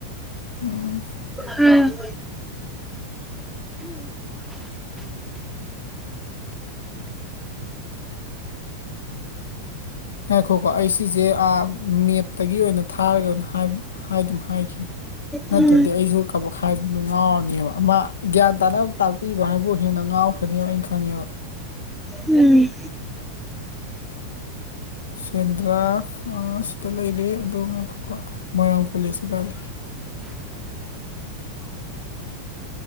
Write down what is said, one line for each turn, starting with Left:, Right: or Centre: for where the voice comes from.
Left: ꯎꯝ
Centre: ꯎꯝ
Left: ꯉꯥꯏꯈꯣꯈꯣ ꯑꯩ ꯁꯤꯁꯦ ꯃꯦꯞꯇꯒꯤ ꯑꯣꯏꯅ ꯊꯥꯒꯔꯣ ꯑꯣꯏꯅ ꯍꯥꯏꯗꯨꯝ ꯍꯥꯏꯈꯤꯒꯤ ꯅꯠꯇꯔꯥꯗꯤ
Centre: ꯎꯝ
Left: ꯑꯩꯁꯨ ꯀꯕꯛ ꯍꯥꯏꯕꯗꯨ ꯉꯥꯎꯔꯅꯤꯕ ꯃꯥ ꯒ꯭ꯌꯥꯟ ꯇꯥꯅꯕ ꯇꯥꯛꯄꯤꯕ ꯍꯥꯏꯕꯨ ꯍꯦꯟꯅ ꯉꯥꯎꯈ꯭ꯔꯅꯤꯕ ꯑꯩꯅ ꯈꯪꯉꯦꯕ
Centre: ꯎꯝ
Left: ꯁꯦꯟꯗ꯭ꯔꯥ ꯐꯥꯔꯁꯇ ꯂꯩꯔꯦ ꯑꯗꯣ ꯉꯥꯏꯈꯣꯀꯣ ꯃꯣꯏꯔꯥꯡ ꯀꯣꯂꯦꯖꯅꯥ ꯀꯥꯏ ꯂꯩꯒꯦ